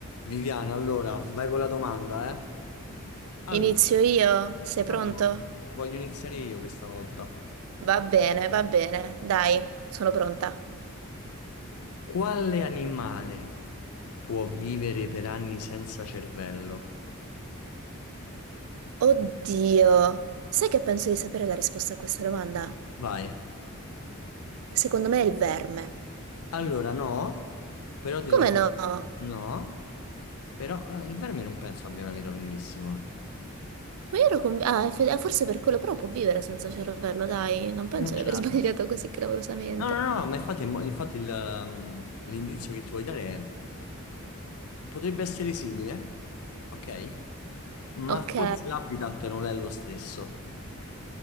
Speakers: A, on the left; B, on the right.
A: Viviana, allora, vai con la domanda, eh? Allora,
B: Inizio io? Sei pronto?
A: no, Mm. no, voglio iniziare io questa volta.
B: Va bene, va bene, dai, sono pronta.
A: Quale animale può vivere per anni senza cervello?
B: Oddio, sai che penso di sapere la risposta a questa domanda?
A: Vai.
B: Secondo me è il verme.
A: Allora, no, però ti
B: Come
A: do... un-
B: no? Ma
A: No, però eh, il verme non penso abbia una vita lunghissima.
B: io ero convinta... Ah, eff- ah, forse per quello, però può vivere senza cervello, dai, non
A: Perché
B: penso
A: non ce
B: di aver
A: l'ha?
B: <laughs> sbagliato così clamorosamente.
A: No, no, no, ma infatti, mo- infatti il, ehm, l'indizio che ti voglio dare è... Potrebbe essere simile, ok? Ma
B: Ok,
A: forse l'habitat non è lo stesso.